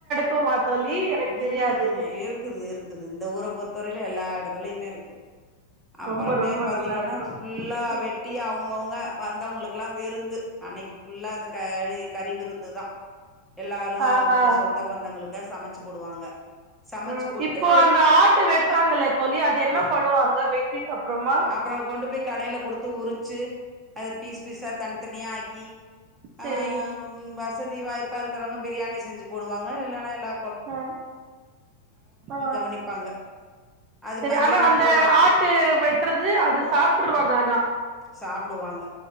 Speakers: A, on the right; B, in the centre.
A: குமா தோழி எனக்கு
B: ம்
A: தெரியாது
B: இருக்குது இருக்குது இந்த ஊரை பொறுத்தவரையில எல்லா இடத்துலயுமே இருக்கு அப்பறமே
A: ரொம்ப ரொம்ப
B: பாத்தீங்கன்னா
A: நல்லா இருக்கு
B: ஃபுல்லா
A: ம்
B: வெட்டி அவுங்கவுங்க வா வந்தவங்களுக்குல்லா விருந்து அன்னைக்கு ஃபுல்லா அந்த கறி கறி விருந்துதா எல்லாரு
A: ஆ
B: அவுங்கவுங்க
A: ஆ
B: சொந்த பந்தங்களுக்கு சமச் ச்சி போடுவாங்க சமைச்சு
A: ம்
B: போட்டு
A: இப்போ அந்த ஆட்டு வெட்டுறாங்க இல்ல தோழி அது என்ன
B: அ
A: பண்ணுவாங்க வெட்டிட்டு அப்பறமா
B: அப்புறம் கொண்டு போய் கடையில குடுத்து உரிச்சு, அத பீஸ் பீஸா தனித்தனியா ஆக்கி
A: செரி
B: ஆ வசதி வாய்ப்பா இருக்கறவங்க பிரியாணி செஞ்சு போடுவாங்க இல்லனா எல்லா
A: ஆ ஆ
B: கவனிப்பாங்க. அது
A: செரி
B: மதியான
A: ஆனா அந்த
B: பொழுது
A: ஆட்டு வெட்டுறது அது சாப்ட்டுருவாங்க ஆனா
B: சாப்புடுவாங்க